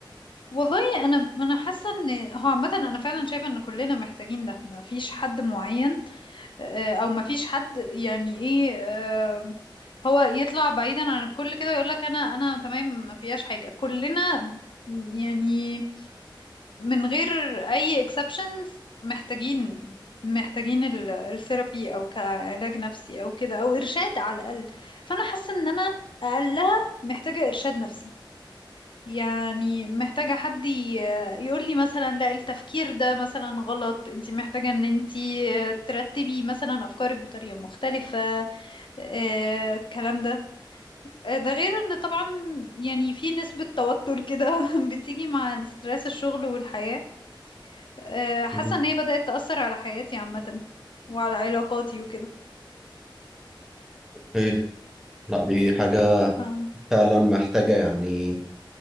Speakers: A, on the left (about 70°); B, in the centre.
A: والله انا انا حاسه ان هو عامه انا فعلا شايفه ان كلنا محتاجين ده ما فيش حد معين آه، او ما فيش حد يعني ايه آه، هو يطلع بعيدا عن الكل كده ويقول لك انا انا تمام ما فيهاش حاجة كلنا م- يعني من غير اي exceptions محتاجين محتاجين الثيرابي او كعلاج نفسي او كده او ارشاد على الاقل فانا حاسة ان انا اقلها محتاجة ارشاد نفسي يعني محتاجة حد ي- يقول لي مثلا لا التفكير ده مثلا غلط انت محتاجة ان انت ترتبي مثلا أفكارك بطريقة مختلفة آه، الكلام ده آه، ده غير ان طبعا يعني في نسبة توتر كده <laughs> بتيجي مع ستريس الشغل والحياة آه، حاسة
B: مم.
A: ان هي بدأت تأثر على حياتي عامة وعلى علاقاتي وكده
B: ايه لا دي حاجه
A: فاهم
B: فعلا محتاجه يعني